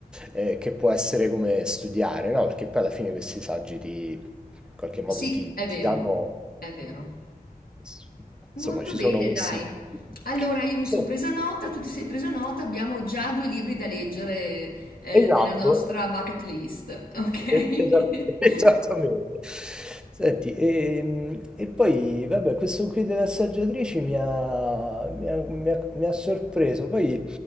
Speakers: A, in the centre; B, on the left.
A: eh, che può essere come studiare, no? Perché poi alla fine questi saggi ti in qualche modo
B: Sì,
A: ti
B: è
A: ti
B: vero,
A: danno
B: è vero.
A: eh, insomma
B: Molto
A: ci
B: bene,
A: sono questi
B: dai.
A: <laughs>
B: Allora, io mi
A: sì,
B: sono presa nota, tu ti sei presa nota, abbiamo già due libri da leggere, eh,
A: esatto,
B: nella nostra bucket list, ok?
A: e esa <laughs> esattamente.
B: <laughs>
A: Senti, ehm, e poi vabbè questo qui delle assaggiatrici mi ha mi ha mi ha mi ha sorpreso, poi